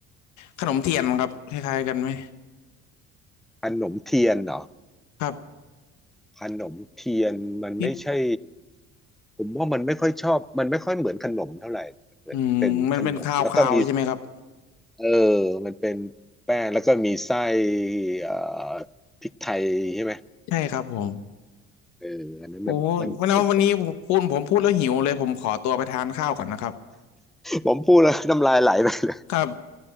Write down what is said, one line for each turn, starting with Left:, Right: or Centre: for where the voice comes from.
Left: ขนมเทียนครับคล้ายๆกันไหม
Centre: ขนมเทียนเหรอ
Left: ครับ
Centre: ขนมเทียนมันไม่ใช่
Left: ที่
Centre: ผมว่ามันไม่ค่อยชอบมันไม่ค่อยเหมือนขนมเท่าไหร่มันเหมือนเป็นขนมแล้วก็มี
Left: อืมมันเป็นคาวๆใช่ไหมครับ
Centre: เออมันเป็นแป้งแล้วก็มีไส้เอ่อพริกไทยใช่ไหม
Left: ใช่ครับผม
Centre: เอออันนั้นมันมันผม
Left: โอ้วันนี้วันนี้ผมพูดผมพูดแล้วหิวเลยผมขอตัวไปทานข้าวก่อนนะครับ
Centre: ผมพูดแล้วน้ำลายไหลไปเลย
Left: ครับ